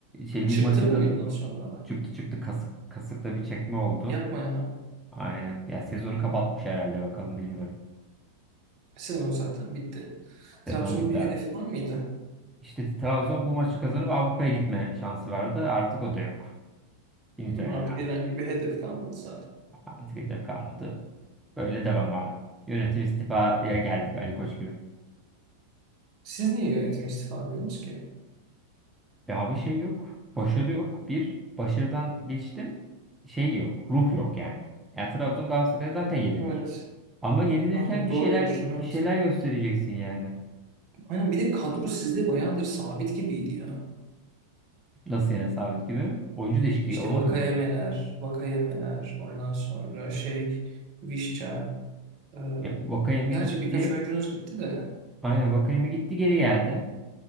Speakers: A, in the centre; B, on the right.
A: Şey
B: Çıktı
A: lig maçında
B: mı oyundan
A: da
B: sonra?
A: çıktı çıktı kasık kasıkta bir çekme oldu.
B: Yapma ya.
A: Aynen. Ya sezonu kapatmış herhalde bakalım bilmiyorum.
B: Sezon zaten bitti.
A: Sezon
B: Trabzon'un
A: bitti
B: bir
A: abi.
B: hedefi var mıydı?
A: İşte Trabzon bu maçı kazanıp Avrupa'ya gitme şansı vardı. Artık o da yok. Finito
B: Bilmiyorum,
A: yani
B: Artık
A: abi.
B: herhangi bir hedef kalmadı zaten.
A: Artık hedef kalmadı. Böyle devam abi. Yönetim istifaya geldik Ali Koç gibi.
B: Siz niye yönetime istifa ediyorsunuz ki?
A: Ya abi şey yok. Başarı yok. Bir başarıdan geçtim. Şey yok. Ruh yok yani. Yani Trabzon Galatasaray zaten yenilir.
B: Evet.
A: Ama yenilirken
B: Aynen doğru
A: bir şeyler
B: diyorsun.
A: bir
B: Evet.
A: şeyler göstereceksin yani.
B: Aynen bir de kadro sizde bayağıdır sabit gibiydi ya.
A: Nasıl yani sabit gibi? Oyuncu değişikliği
B: İşte
A: olmadı
B: vakayemeler,
A: mı?
B: vakayemeler, ondan sonra şey, Vişça. e,
A: Ya, Vakayeme
B: gerçi
A: gitti.
B: birkaç oyuncunuz gitti de.
A: Aynen Vakayeme gitti geri geldi.